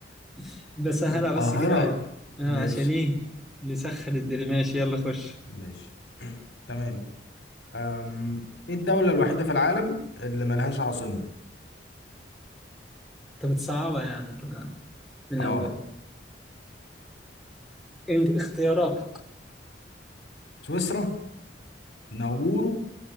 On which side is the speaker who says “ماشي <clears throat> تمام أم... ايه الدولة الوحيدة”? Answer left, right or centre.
Left